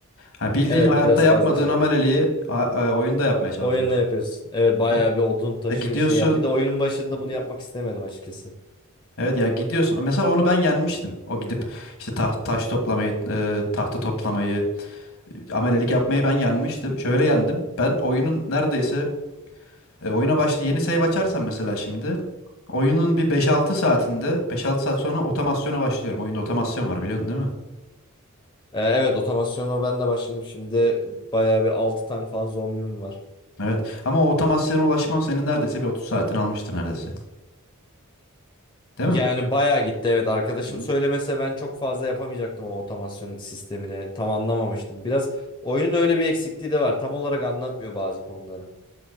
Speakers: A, on the left; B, on the left.
A: Ha, bildiğin
B: Evet
A: hayatta
B: biraz
A: yapmadığın
B: fazla şey
A: ameleliği
B: oluyor.
A: a- a- oyunda yapmaya çalışıyorsun.
B: Oyun ne yapıyorsun? Evet bayağı
A: E,
B: bir odun taşı
A: e, gidiyorsun.
B: şey yap. Bir de oyunun başında
A: Hı
B: bunu
A: hı.
B: yapmak istemedim açıkçası.
A: Evet ya gidiyorsun. Mesela onu ben yenmiştim. O gidip işte ta- taş toplamayı, e, tahta toplamayı, e, amelelik yapmayı ben yenmiştim. Şöyle yendim. Ben oyunun neredeyse E, oyuna başla yeni save açarsam mesela şimdi oyunun bir beş altı saatinde beş altı saat sonra otomasyona başlıyorum. Oyunda otomasyon var biliyordun değil mi?
B: Ee, evet otomasyonu ben de başladım. Şimdi bayağı bir 6 tane falan zombim var.
A: Evet. Ama o otomasyona ulaşman senin neredeyse bir 30 saatini almıştır neredeyse. Değil
B: Yani
A: mi?
B: bayağı gitti evet. Arkadaşım
A: Hı hı.
B: söylemese ben çok fazla yapamayacaktım o otomasyon sistemini. Tam anlamamıştım. Biraz oyunun öyle bir eksikliği de var. Tam olarak anlatmıyor bazı konuları.